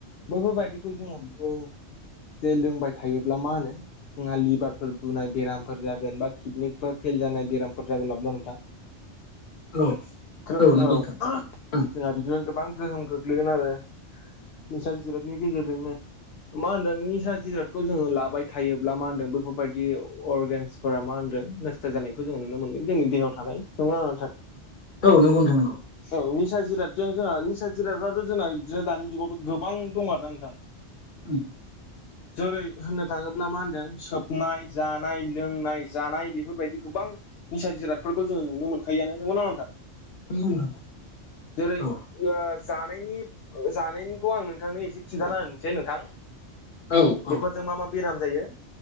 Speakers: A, on the left (about 65°); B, on the left (about 45°).
A: बेैफोरबायदिखौ जोङो बेखौ जे लोंबाय थायोब्ला मा होनो हा लिभारफोर बुनाय बेरामफोर जागोन बा किडनेफ्रा फेल जानाय बेरामफोर जागोन आरोना नोंथां
B: औ
A: खोनाद
B: नंगौ
A: औ
B: नोंथां ओं
A: जोंहा बिदिनो गोबां गोहोम गोग्लैगोन आरो निसा जिरादनि गेजेरजोंनो मा होनदों निसा जिरादखौ जोङो लाबाय थायोब्ला मा होनदों बैफोरबायदि अरगेनस फोरा मा होनदों नस्थ' जानायखौ जोङो नुनो मोनगोन जोंनि देहायाव थानाय नंगौना नङा नोंथां
B: औ नंगौ नोंथां नंगौ
A: औ निसा जिरादजों जोंहा निसा जिरादाथ' जोंना बिदिनो दानि जुगावथ' गोबां दं आरोना नोंथां
B: उम
A: जेरै होननो थाङोब्ला मा होनदों सोबनाय जानाय लोंनाय जानाय बेफोरबायदि गोबां निसा जिरादफोरखौ जोङो नुनो मोनखायोयानो नंगौना नङा नोंथां
B: नंगौ नोंथां
A: जेरै
B: औ
A: जानायनि जानायनिखौ आं नोंथांनो एसे खिनथाना होनि जे नोंथां
B: औ औ
A: बेफोरजों मा मा बेराम जायो